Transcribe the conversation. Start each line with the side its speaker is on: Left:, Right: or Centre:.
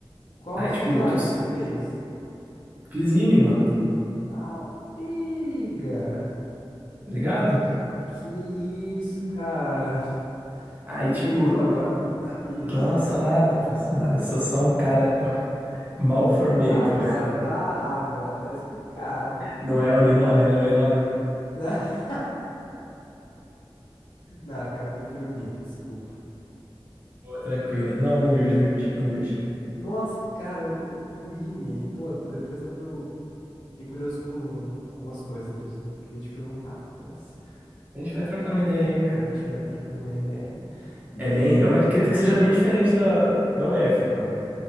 Left: Qual
Right: Aí,
Left: faculdade
Right: tipo, tu s-
Left: que você fez?
Right: fiz IME, mano,
Left: Tá, pega!
Right: tá ligado?
Left: Que isso, cara! <laughs>
Right: Aí,
Left: Tu é meu
Right: tipo,
Left: ídolo agora, pô. Que isso.
Right: não, sou nada, pô, sou nada, sou só um cara, pô. Mal formei,
Left: Agora
Right: pô.
Left: tá... Agora tá explicado, pô.
Right: Não é a Uninove,
Left: Que-
Right: não é a Uninove?
Left: <laughs> Não, cara, eu prefiro o NIP, desculpa.
Right: Boa, tranquila. Não, humilde, humilde, humilde.
Left: Nossa, cara, o, o IME, pô, depois dá pra Fiquei curioso com algumas coisas, depois eu queria te perguntar, mas
Right: A gente vai trocando uma ideia aí,
Left: depois
Right: cara.
Left: a gente vai trocando uma ideia. E
Right: É bem, eu acredito que seja bem diferente da, da UF, mano.